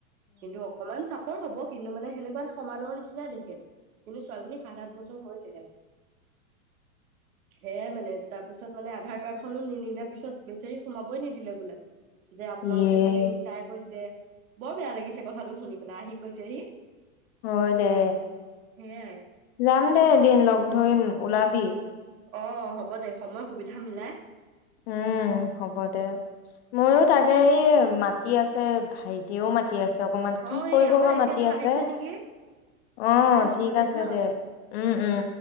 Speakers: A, on the right (about 70°); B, on the left (about 45°).
A: কিন্তু অকমান চাপৰ হব। পিন্ধো মানে সেনেকুৱা সমানৰ নিচিনাই দেখে। কিন্তু ছোৱালীজনী সাত আাত বছৰ হৈছিলে। সেয়াই মানে তাৰপিছত মানে আধাৰ কাৰ্ডখনো নিনিলে পিছত বেচৰি সোমাবই নিদিলে বোলে। যে আপোনালোকে
B: য়ে
A: চাগে মিছাই কৈছে। বৰ বেয়া লাগিছে কথাটো শুনি পেলাই আহি কৈছেহি।
B: হয় দে
A: সেয়াই
B: যাম দে এদিন লগ ধৰিম ওলাবি।
A: অ হ'ব দে সময় সুবিধা মিলাই।
B: উম হ'ব দে মইো
A: অ
B: তাকে এই মা। তি আছে ভাইটিও মা। ম আছে অকমান কি
A: অ
B: কৰিব
A: এই আমাৰ
B: বা
A: এখেতো
B: মাতি আছে।
A: আহিছে নেকি
B: অ
A: দে হ'ব
B: ঠিক আছে
A: হা
B: দে উম, উম।